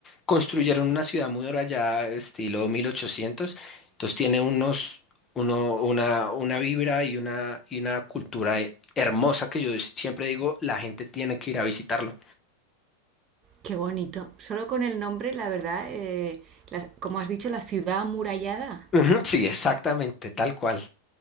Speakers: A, on the left; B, on the right.
A: construyeron una ciudad amurallada estilo mil ochocientos Entonces tiene unos, uno, una, una vibra y una, y una cultura eh, hermosa que yo siempre digo, la gente tiene que ir a visitarlo.
B: Qué bonito. Solo con el nombre, la verdad, eh, la- como has dicho, la ciudad amurallada.
A: Ujú, Sí, exactamente, tal cual.